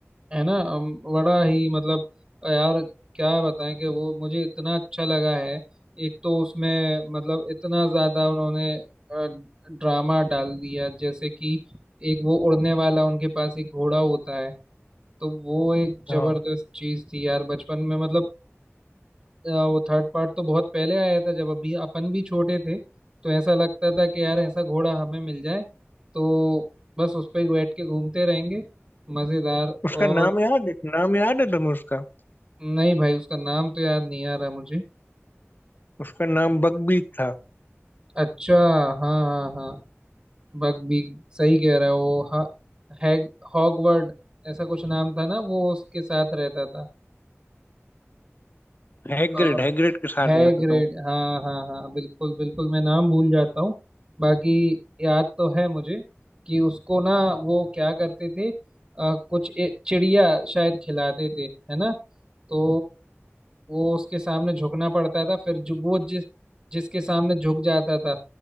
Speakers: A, on the right (about 30°); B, on the left (about 45°).
A: है ना अम, बड़ा ही मतलब यार क्या बताएं कि वो मुझे इतना अच्छा लगा है एक तो उसमें मतलब इतना ज्यादा उन्होंने ड्रामा डाल दिया जैसे कि एक वो उड़ने वाला उनके पास एक घोड़ा होता है तो वो एक जबरदस्त
B: हाँ
A: चीज थी यार बचपन में मतलब अ, वो थर्ड पार्ट तो बहुत पहले आया था जब अभी अपन भी छोटे थे तो ऐसा लगता था कि यार ऐसा घोड़ा हमें मिल जाए तो बस उस पे बैठ के घूमते रहेंगे मजेदार
B: उसका
A: और
B: नाम याद है नाम याद है तुम्हें उसका
A: नहीं भाई उसका नाम तो याद नहीं आ रहा मुझे
B: उसका नाम बकबीक था
A: अच्छा हाँ हाँ हाँ बग भी सही कह रहा है वो हा, हैग हॉगवर्ड ऐसा कुछ नाम था ना वो उसके साथ रहता था
B: हैग्रिड
A: और
B: हैग्रिड के साथ
A: हैग्रिड
B: रहता था वो।
A: हाँ हाँ हाँ बिल्कुल बिल्कुल मैं नाम भूल जाता हूँ बाकी याद तो है मुझे कि उसको ना वो क्या करते थे अ, कुछ ए, चिड़िया शायद खिलाते थे है ना तो वो उसके सामने झुकना पड़ता था फिर जो वो जिस जिसके सामने झुक जाता था